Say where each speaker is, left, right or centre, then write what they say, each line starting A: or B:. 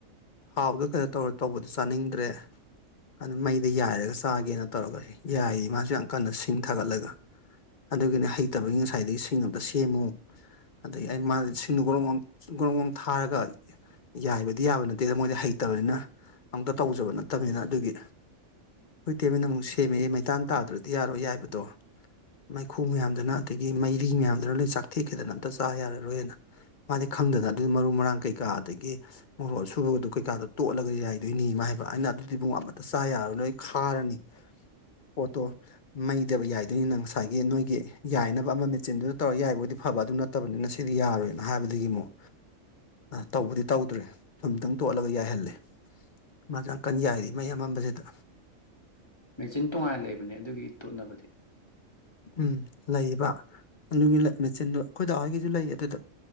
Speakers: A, on the left; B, on the left.
A: ꯍꯥꯎꯕꯗ ꯀꯩꯣ ꯇꯧꯔ ꯇꯧꯕꯗꯣ ꯆꯥꯅꯤꯡꯗ꯭ꯔꯦ ꯑꯗꯨ ꯃꯩꯗ ꯌꯥꯏꯔꯒ ꯆꯥꯒꯦꯅ ꯇꯧꯔꯒ ꯌꯥꯏꯔꯤ ꯃꯥꯁꯨ ꯌꯥꯝ ꯀꯟꯅ ꯁꯤꯡ ꯊꯥꯒꯠꯂꯒ ꯑꯗꯨꯒꯤꯅꯦ ꯍꯩꯇꯕꯒꯤ ꯉꯁꯥꯏꯗꯒꯤ ꯏꯁꯤꯡ ꯑꯃꯇ ꯁꯦꯝꯃꯨ ꯑꯗꯗꯒꯤ ꯑꯩ ꯃꯥꯁ ꯁꯤꯡꯗꯨ ꯒꯣꯔꯝ ꯒꯣꯔꯣ ꯑꯃꯣꯝ ꯊꯥꯔꯒ ꯌꯥꯏꯕꯗꯤ ꯌꯥꯕ ꯅꯠꯇꯦꯗ ꯃꯣꯏꯗ ꯍꯩꯇꯕꯅꯤꯅ ꯑꯨꯛꯇ ꯇꯧꯖꯕ ꯅꯠꯇꯕꯅꯤꯅ ꯑꯗꯨꯒꯤ ꯍꯣꯏ ꯇꯦꯕꯦꯟ ꯑꯃꯨꯛ ꯁꯦꯝꯃꯛꯑꯦ ꯃꯩꯇꯥꯟ ꯇꯥꯗ꯭ꯔꯗꯤ ꯌꯥꯔꯣꯏ ꯌꯥꯏꯕꯗꯣ ꯃꯩꯈꯨ ꯃꯌꯥꯝꯗꯨꯅ ꯑꯗꯒꯤ ꯃꯩꯔꯤ ꯃꯌꯥꯝꯗꯨꯅ ꯂꯣꯏ ꯆꯥꯛꯊꯦꯛꯈꯤꯗꯅ ꯑꯝꯇ ꯆꯥ ꯌꯥꯔꯔꯣꯏꯅ ꯃꯥꯗꯤ ꯈꯪꯗꯗꯅ ꯑꯗꯨꯗꯤ ꯃꯔꯨ ꯃꯔꯥꯡ ꯀꯩꯀꯥ ꯑꯗꯒꯤ ꯃꯣꯔꯣꯛ ꯑꯁꯨꯕꯒꯗꯣ ꯀꯩꯀꯥꯗ ꯇꯣꯠꯂꯒꯗꯤ ꯌꯥꯏꯗꯣꯏꯅꯤ ꯍꯥꯏꯕ ꯑꯩꯅ ꯑꯗꯨꯗꯤ ꯄꯨꯡꯉꯣ ꯑꯃꯇ ꯆꯥ ꯌꯥꯔꯣꯏ ꯂꯣꯢ ꯈꯥꯔꯅꯤ ꯄꯣꯠꯇꯣ ꯃꯩ ꯗꯦꯕ ꯌꯥꯏꯗꯣꯏꯅꯤꯅ ꯉꯁꯥꯏꯒꯤ ꯅꯣꯏꯒꯤ ꯌꯥꯏꯅꯕ ꯑꯃ ꯃꯦꯆꯤꯟꯗꯨꯗ ꯇꯧꯔꯒ ꯌꯥꯏꯕꯕꯨꯗꯤ ꯐꯕ ꯑꯗꯨ ꯅꯠꯇꯦ ꯐꯠꯇꯕꯅꯤꯅ ꯁꯤꯗꯤ ꯌꯥꯔꯣꯏꯅ ꯍꯥꯏꯕꯗꯒꯤ ꯑꯃꯨꯛ ꯇꯧꯕꯨꯗꯤ ꯇꯧꯗ꯭ꯔꯦ ꯑꯃꯇꯪ ꯇꯣꯠꯂꯒ ꯌꯥꯏꯍꯜꯂꯦ ꯃꯥꯀꯟꯅ ꯌꯥꯏꯔꯤ ꯃꯩ ꯑꯃꯝꯕꯁꯤꯗ
B: ꯃꯦꯆꯤꯟ ꯇꯣꯉꯥꯟꯅ ꯂꯩꯕꯅꯦ ꯑꯗꯨꯒꯤ ꯇꯣꯠꯅꯕꯗꯤ
A: ꯎꯝ ꯂꯩꯕ ꯑꯗꯨꯒꯤ ꯃꯦꯆꯤꯟꯗꯣ ꯑꯩꯈꯣꯏꯗ ꯍꯣꯢꯒꯤꯁꯨ ꯂꯩ ꯑꯗꯨꯗꯣ